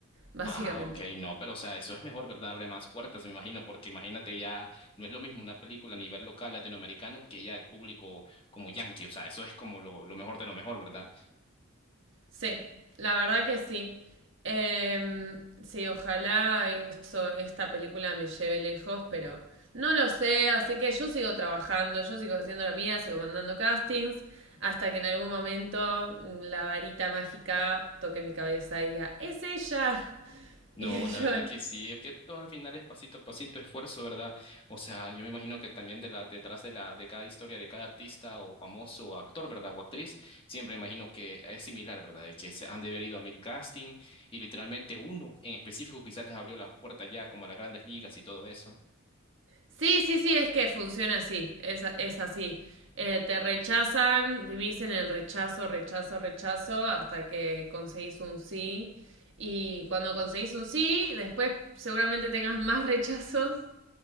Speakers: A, on the right; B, on the left.
A: básicamente.
B: Ah, ok, no, pero o sea, eso es mejor, ¿verdad? Abre más puertas, me imagino, porque imagínate ya, no es lo mismo una película a nivel local latinoamericano que ya el público como yankee, o sea, eso es como lo, lo mejor de lo mejor, ¿verdad?
A: Sí, la verdad que sí. Em, sí, ojalá eso, esta película me lleve lejos, pero no lo sé, así que yo sigo trabajando, yo sigo haciendo la mía, sigo mandando castings, hasta que en algún momento la varita mágica toque mi cabeza y diga, es ella. <laughs>
B: No,
A: Y yo
B: la verdad que sí, es que todo al final es pasito a pasito, esfuerzo, ¿verdad? O sea, yo me imagino que también de la, detrás de la, de cada historia de cada artista o famoso o actor, ¿verdad? O actriz, siempre imagino que es similar, ¿verdad? De que se han de haber ido a mil casting y literalmente uno en específico quizás les abrió las puertas ya como a las grandes ligas y todo eso.
A: Sí, sí, sí, es que funciona así, es, a- es así. Eh, te rechazan, vivís en el rechazo, rechazo, rechazo, hasta que conseguís un sí. Y cuando conseguís un sí, después seguramente tengas más rechazos